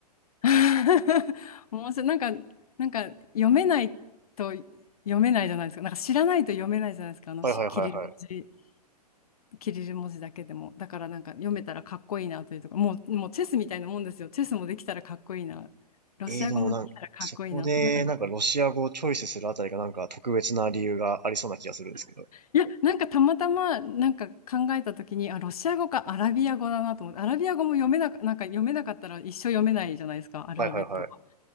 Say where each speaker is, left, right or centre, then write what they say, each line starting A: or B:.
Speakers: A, on the left; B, on the right.
A: <laughs> 面白い。なんか、なんか読めないと読めないじゃないですか。なんか知らないと読めないじゃないですか。あのしキリル文字。
B: はいはいはいはい。
A: キリル文字だけでも。だからなんか読めたらかっこいいなというとか、もう、もうチェスみたいなもんですよ。チェスもできたらかっこいいな。ロシア語もできたらかっこいいな。
B: えー、でもなんか、そこでなんかロシア語をチョイスするあたりがなんか特別な理由がありそうな気がするんですけど。
A: そんな感じ。いや、なんかたまたまなんか考えたときに、あ、ロシア語かアラビア語だなと思って、アラビア語も読めなか、なんか読めなかったら一生読めないじゃないですか、アルファベットが。
B: はいはいはい。